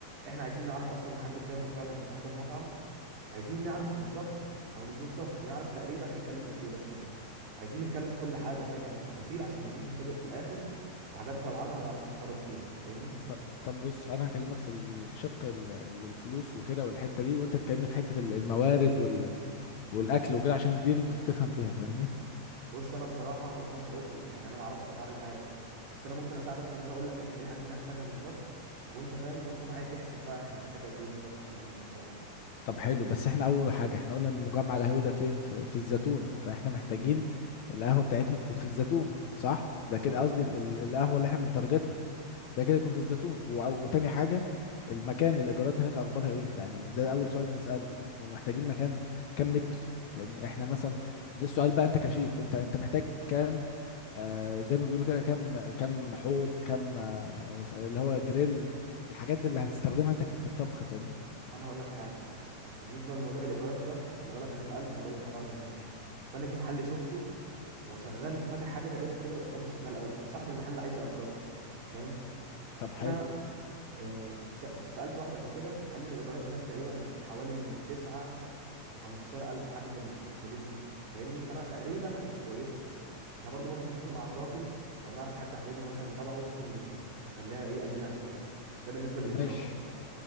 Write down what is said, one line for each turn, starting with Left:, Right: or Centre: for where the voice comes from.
Right: احنا عايزين نعرف اصلا نحدد كام المشروع اللي هنفتحه ده المطعم عايزين نعرف بالظبط او مش بالظبط نعرف تقريبا هيكلف قد ايه بس عايزين نتكلم في كل حاجه فاهم يعني التفاصيل عشان ما نجيش نتفاجئ في الاخر بحاجات طالعه لنا وما نعرفش نتصرف فيها انت فاهمني
Left: طب طب بص انا هكلمك في الشق ال- الفلوس وكده والحته دي وانت تكلمني في حته ال- الموارد وال... والاكل وكده عشان دي انت بتفهم فيها فاهمني
Right: بص انا بصراحه ما بفهمش قوي في ال... يعني انا ما اعرفش اسعار الحاجه بس انا ممكن اساعدك في ان انا اقول لك احنا ايه الحاجات اللي هنحتاجها بالظبط وانت فاهم وانت معايا تحسب بقى احنا هنحتاج قد ايه بالظبط عشان نعمل المشروع ده
Left: طب حلو بس احنا اول حاجه احنا قلنا المجمع القهوي ده فين في, في الزيتون فاحنا محتاجين القهوه بتاعتنا تكون في الزيتون صح ده كده
Right: بالظبط
Left: قصدي ال- ال- القهوه اللي احنا بنتارجتها ده كده يكون في الزيتون و- وتاني حاجه المكان الايجارات هناك اخبارها ايه يعني ده اول سؤال نساله ومحتاجين مكان كام متر فاهمني احنا مثلا
Right: بص
Left: ده السؤال بقى انت كشيف انت انت محتاج كام آه زي ما بيقولوا كده كام كام حوض كام آه اللي هو جريل الحاجات اللي هتستخدمها انت في الطبخ فاهمني
Right: انا هقول لك حاجه بالنسبه لموضوع الايجارات ده خلي بالك انا سالت انا بقول لك انا بقعد هناك فانا في محل شفته هو شغال فاتح حاجه تقريبا كده بس هو مش شغال قوي فصاحب المحل عايز ياجره انت فاهم
Left: طب حلو
Right: انا آه، كنت سأ- كنت سألت واحد قبل كده قال لي ان الايجارات هناك تقريبا حوالي من 9 ل 15000 الف حاجه في ال- في الحدود دي فاهمني فانا تقريبا هتبقى كويسه احنا برضو ممكن نتفق مع الراجل لو نعرف حد حبيبنا مثلا تبعه ممكن ي- يخليها ايه يقللها شويه ده بالنسبه للايجارات
Left: ماشي